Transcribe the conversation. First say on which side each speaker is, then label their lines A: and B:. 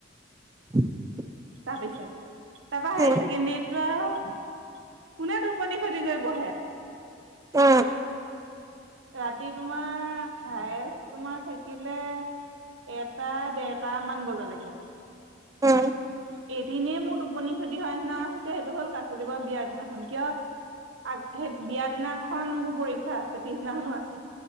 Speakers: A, on the right; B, on the right.
A: <inaudible>
B: তাৰপিছত তাৰপা হায়াৰ
A: উম,
B: ছেকেণ্ডৰীত ত আও কোনে টোপনি ক্ষতি কৰি পঢে।
A: অ।
B: ৰাতি তোমাৰ হায়েষ্ট তোমাৰ থাকিলে এটা দেৰটা মান বজাত। <inaudible>
A: উম,
B: এদিনে মোৰ টোপনি ক্ষতি হোৱা নিচিনা সেইটো হ'ল কাকলি ব বিয়া দিনাখন কিয় আ সেই বিয়া দিনাখন মোৰ পৰি শা আছে পিছনাখনো আছে